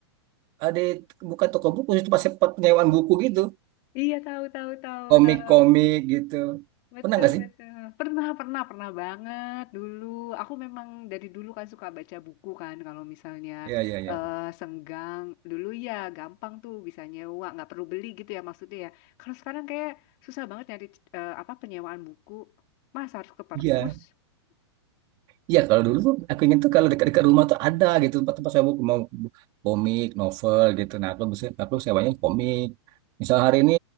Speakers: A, on the right; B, on the left.
A: ada bukan toko buku itu pasti tempat penyewaan buku gitu
B: Iya tahu tahu tahu
A: komik-komik
B: tahu.
A: gitu
B: Betul,
A: pernah nggak sih
B: betul. Pernah, pernah, pernah banget dulu. Aku memang dari dulu kan suka baca buku kan. Kalau misalnya
A: ya ya ya
B: eh senggang, dulu ya gampang tuh bisa nyewa, nggak perlu beli gitu ya maksudnya ya. Kalau sekarang kayak susah banget nyari eh, apa penyewaan buku. Mas harus ke perpus.
A: iya iya kalau dulu tuh aku ingin tuh kalau dekat-dekat rumah tuh ada gitu tempat tempat sewa buku mau bu- komik novel gitu nah aku bisa aku sewanya komik misal hari ini